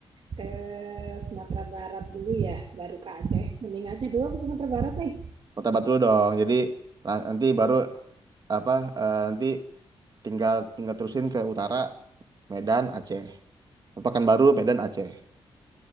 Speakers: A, on the right; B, on the right.
A: Ke Sumatera Barat dulu ya, baru ke Aceh. Mending Aceh dulu aku Sumatera Barat nih.
B: Sumatera Barat dulu dong. Jadi la- nanti baru apa eh, nanti tinggal tinggal terusin ke utara Medan Aceh. Pekanbaru Medan Aceh.